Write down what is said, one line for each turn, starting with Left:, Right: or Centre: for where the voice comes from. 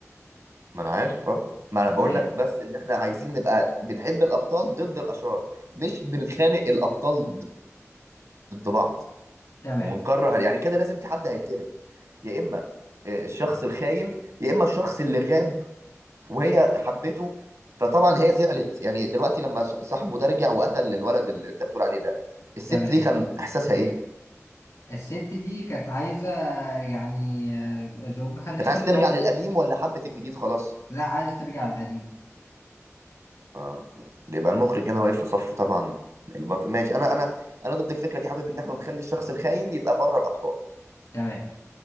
Right: ما انا عارف اه ما انا
Left: تمام
Right: بقول لك بس ان احنا عايزين نبقى بنحب الابطال ضد الاشرار مش بنتخانق الابطال ضد بعض
Left: تمام
Right: ونكره يعني كده لازم في حد هيتكره يا اما آه، الشخص الخاين يا اما الشخص اللي غاب وهي حبته فطبعا هي زعلت يعني دلوقتي لما ص- صاحبه ده رجع وقتل الولد اللي انت بتقول عليه ده الست
Left: تمام
Right: دي كان احساسها ايه
Left: الست دي كانت عايزة يعني آه، زوجها القديم
Right: كانت عايز ترجع
Left: طبعا
Right: للقديم ولا حبت الجديد خلاص
Left: لا عايز ترجع للقديم
Right: اه يبقى المخرج هنا واقف في صف طبعا البطل ماشي انا انا انا ضد الفكره دي حابب ان احنا نخلي الشخص الخاين يبقى بره الابطال
Left: تمام